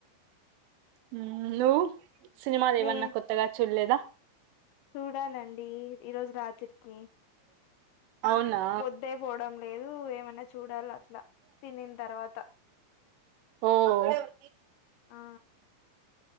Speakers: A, on the right (about 80°); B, on the left (about 75°).
A: హ నువ్ సినిమాలు
B: నే
A: ఏవన్నా కొత్తగా చూడులేదా
B: చూడాలండి ఈరోజు రాత్రికి
A: అవునా
B: పొద్దే పోవడం లేదు ఏమనా చూడాలి అట్లా తినిన తర్వాత
A: ఒహ్హ్
B: ఆ